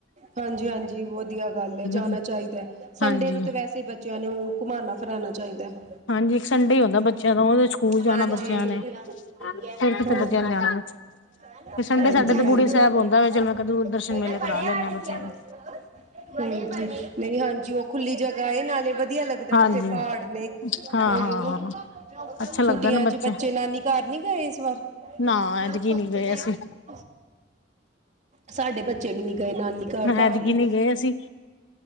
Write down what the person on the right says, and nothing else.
ਹਾਂਜੀ- ਹਾਂਜੀ ਵਧੀਆ ਗੱਲ ਹੈ ਜਾਣਾ
ਚਾਹੀਦਾ ਸੰਡੇ
ਨੂੰ ਤੇ ਵੈਸੇ ਹੀ ਬੱਚਿਆਂ ਨੂੰ ਘੁਮਾਨਣਾ ਫਰਾਣਾ ਚਾਹੀਦਾ ਹੈ।
ਹਾਂਜੀ
<unintelligible>
<unintelligible> <unintelligible> ਹਾਂਜੀ ਨਹੀਂ ਹਾਂਜੀ ਉਹ ਖੁੱਲੀ ਜਗਾ ਹੈ ਨਾਲੇ ਵਧੀ ਵਧੀਆ ਲੱਗਦਾ
ਉਥੇ ਪਹਾੜ ਨੇ
ਓਹੀ
ਨਾ <inaudible>
ਛੁੱਟੀਆਂ
'ਚ ਬਚੇ ਬਚੇ ਨਾਨੀ ਘਰ ਨੀ ਗਏ ਇਸ ਵਾਰ <unintelligible>
ਸਾਡੇ ਬੱਚੇ ਵੀ ਨੀ ਗਏ ਨਾਨੀ ਘਾਰ-ਘਾਰ
ਹੀ